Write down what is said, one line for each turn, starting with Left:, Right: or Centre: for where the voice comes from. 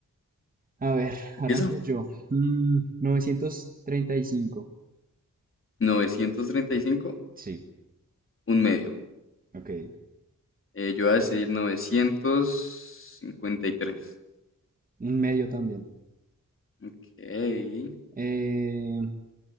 Right: A ver, arranco
Left: Empieza.
Right: yo. Mm, novecientos treinta y cinco
Left: novecientos treinta y cinco
Right: Sí,
Left: Un medio.
Right: Ok,
Left: Eh, yo voy a decir 953.
Right: un medio también.
Left: Ok.
Right: Eh,